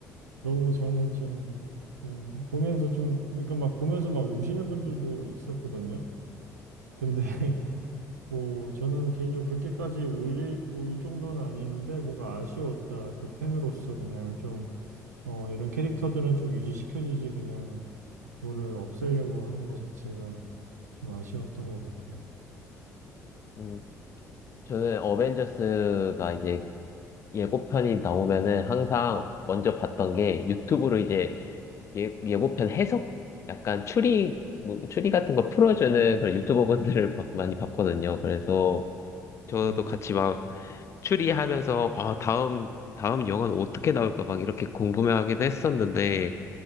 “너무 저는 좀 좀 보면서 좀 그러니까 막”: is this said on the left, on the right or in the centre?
Right